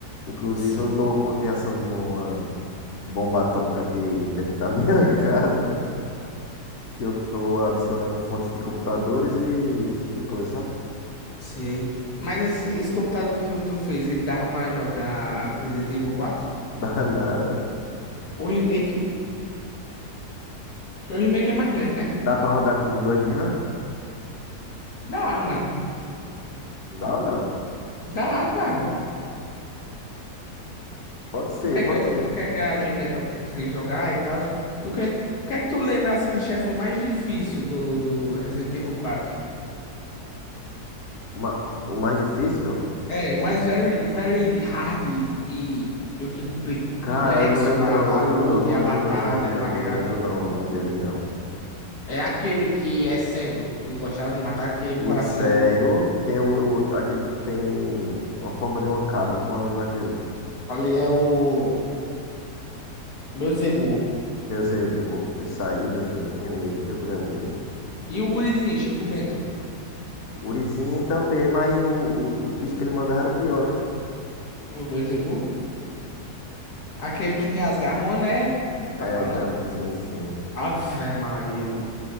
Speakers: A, on the left; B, on the left.
A: Inclusive,
B: Sim.
A: eu estou com a criação de um bomba atômica aqui dentro da minha <laughs> casa, que eu tô adicionando fontes de computadores e esse tipo de coisa, sabe?
B: Sei. Mas esse, esse computador que tu, tu fez, ele dava pra jogar Resident Evil quatro?
A: Dá <laughs> nada.
B: O remake? o remake é mais leve, né?
A: Dá pra rodar com dois de RAM?
B: Dá, mano.
A: Dá ou não?
B: Dá, cara.
A: Pode ser,
B: Tu quer
A: pode
B: que eu,
A: ser.
B: tu quer que eu ajeite aí pra tu conseguir jogar e tal? Tu quer, o que é que tu lembra assim do chefe mais difícil do, do Resident Evil quatro
A: Ma- o mais difícil?
B: É, o mais very, very hard e meio que compli-
A: Cara,
B: complexo
A: eu não lembro
B: a,
A: não, não
B: a
A: lembro
B: luta
A: não, não
B: e a
A: lembro
B: batalha,
A: não, o nome não,
B: tá ligado?
A: não lembro não, o nome deles não.
B: É aquele que é cego. Tu gostava de matar, que
A: O
B: o coração
A: cego
B: dele. mo-
A: tem o, o- aquele que tem uma forma de uma cabra, como é o nome daquele?
B: Ali é o Beelzebub.
A: Beelzebub, quando eu saí, meu filho, eu tinha medo, viu, quando eu era menino?
B: E o gurizinho, Chico Bento.
A: O gurizinho também, mas o, o- os bichos que ele mandava era pior, né?
B: O Beelzebub? Aquele que tem as garronas, né? Tá
A: É,
B: falando?
A: tam- sim, sim,
B: Ave Maria, mano.